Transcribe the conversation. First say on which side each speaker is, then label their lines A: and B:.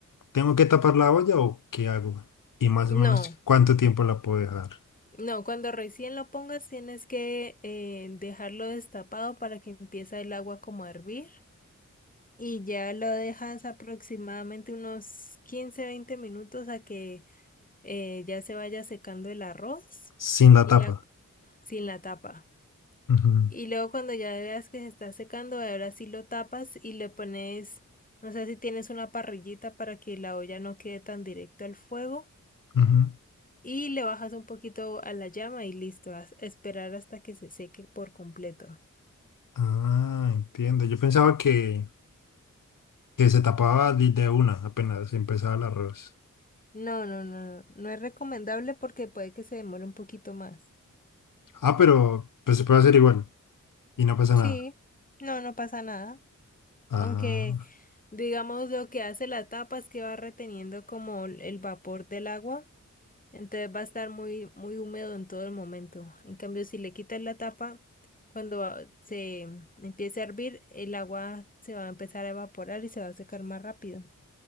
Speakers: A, on the left; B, on the left.
A: ¿tengo que tapar la olla o qué hago? Y más
B: No.
A: o menos, ¿cuánto tiempo la puedo dejar
B: No, cuando recién lo pongas tienes que eh, dejarlo destapado para que empiece el agua como a hervir y ya lo dejas aproximadamente unos quince veinte minutos a que eh, ya se vaya secando el arroz
A: sin la
B: y
A: tapa?
B: ya sin la tapa.
A: Ujú,
B: Y luego cuando ya veas que se está secando, ahora sí lo tapas y le pones, no sé si tienes una parrillita para que la olla no quede tan directo al fuego
A: ujú.
B: Y le bajas un poquito a la llama y listo, vas a esperar hasta que se seque por completo.
A: Ah, entiendo. Yo pensaba que, que se tapaba de de una apenas empezaba el arroz.
B: No, no, no, no, no es recomendable porque puede que se demore un poquito más.
A: Ah, pero pues se puede hacer igual y no pasa
B: Sí,
A: nada.
B: no, no pasa nada.
A: Ah,
B: Aunque, digamos, lo que hace la tapa es que va reteniendo como el el vapor del agua, entonces va a estar muy, muy húmedo en todo el momento. En cambio, si le quitas la tapa, cuando va- se empiece a hervir, el agua se va a empezar a evaporar y se va a secar más rápido.